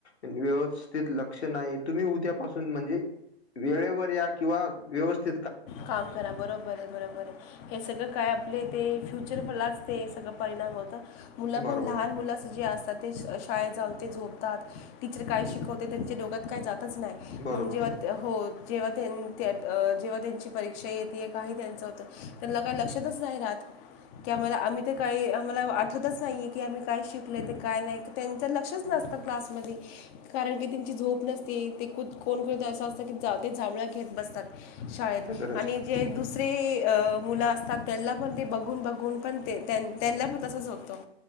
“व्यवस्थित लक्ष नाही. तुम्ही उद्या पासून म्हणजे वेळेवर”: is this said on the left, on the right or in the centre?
Left